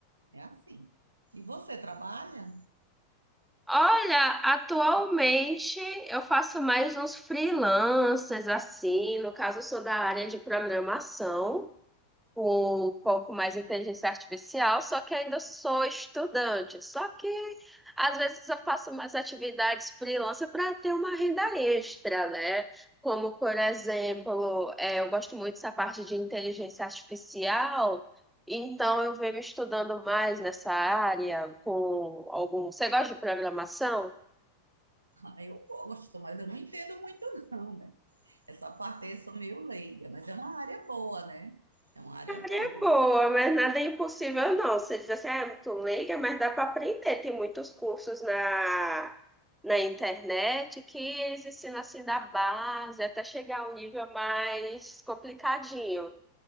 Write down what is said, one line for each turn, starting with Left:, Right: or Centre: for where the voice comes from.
Right: é assim. E você trabalha?
Centre: Olha, atualmente eu faço mais uns freelancers assim, no caso eu sou da área de programação. com foco mais em inteligência artificial, só que ainda sou estudante. Só que às vezes eu faço umas atividades freelancer para ter uma renda extra, né? Como, por exemplo, é, eu gosto muito dessa parte de inteligência artificial, então eu venho estudando mais nessa área com algum. Você gosta de programação?
Right: Ah, eu gosto, mas eu não entendo muito, não, né? Essa parte aí eu sou meio leiga, mas é uma área boa, né? É uma área boa.
Centre: É boa, mas nada é impossível, não. Você diz assim, ah, é muito leiga, mas dá para aprender. Tem muitos cursos na, na internet que eles ensinam assim da base até chegar a um nível mais complicadinho.